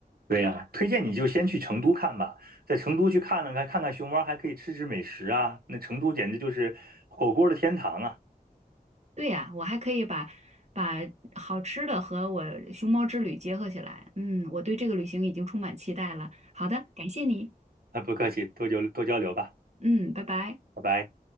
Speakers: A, on the right; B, on the right.
A: 对呀，推荐你就先去成都看吧，在成都去看了看，看看熊猫，还可以吃吃美食啊。那成都简直就是火锅的天堂啊！
B: 对呀，我还可以把把好吃的和我熊猫之旅结合起来。嗯，我对这个旅行已经充满期待了。好的，感谢你。
A: <laughs> 啊，不客气，多交多交流吧，
B: 嗯，拜拜。
A: 拜拜。